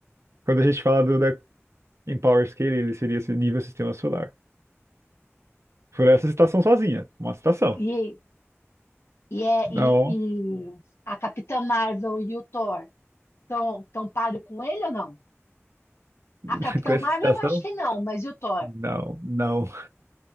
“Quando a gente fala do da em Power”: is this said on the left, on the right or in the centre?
Right